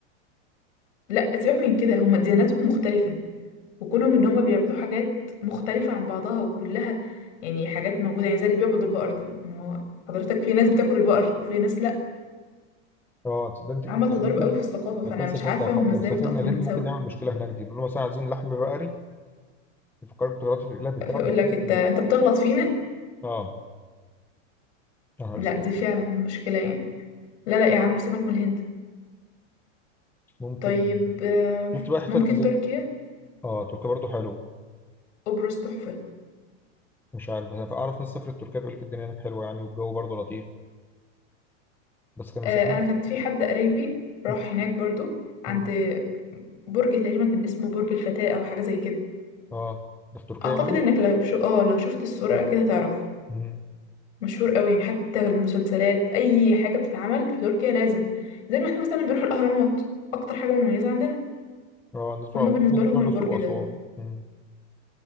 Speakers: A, on the left (about 75°); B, in the centre.
A: لا سيبك من كده هم دياناتهم مختلفة وكونهم ان هم بيعبدوا حاجات مختلفة عن بعضها وكلها يعني حاجات موجودة يعني زي اللي بيعبد البقر ده ما هو حضرتك في ناس بتاكل البقر وفي ناس لا
B: اه تصدق انت كنت
A: عمل تضارب
B: ممكن
A: قوي في الثقافة فانا
B: لو كان
A: مش
B: سافر
A: عارفة
B: لو ح-
A: هم ازاي
B: لو سافرنا
A: متأقلمين
B: الهند ممكن
A: سوا
B: نعمل مشكله هناك دي نقول له مثلا عايزين لحم بقري يفكروا بطريقته في الاله بتاعه
A: فيقول
B: ونشيل
A: لك
B: في
A: انت
B: الموضوع.
A: انت بتغلط فينا
B: اه يا نهار
A: لا
B: اسود
A: دي فعلا مشكلة يعني لا لا يا عم سيبك من الهند
B: ممكن
A: طيب آه،
B: شفت بقى حتت
A: ممكن
B: زي
A: تركيا
B: اه تركيا برضه حلو
A: قبرص تحفة
B: مش عارف بس أنا اعرف ناس سافرت تركيا بيقول لك الدنيا هناك حلوه يعني والجو برضه لطيف بس كان
A: آه،
B: مسافرين
A: أنا كانت في حد قريبي راح
B: م-
A: هناك برضو عند
B: م.
A: برج تقريبا كان اسمه برج الفتاة أو حاجة زي كده
B: اه ده في تركيا
A: أعتقد
B: يعني
A: إنك لو شو آه لو شفت الصورة كده تعرفه
B: م.
A: مشهور قوي يعني حتى المسلسلات أي حاجة بتتعمل في تركيا لازم زي ما احنا مثلا بنروح الأهرامات أكتر حاجة مميزة عندنا
B: اه الناس بتروح
A: هما بالنسبة
B: الناس
A: لهم
B: بتروح
A: البرج
B: الاقصر واسوان
A: ده
B: م.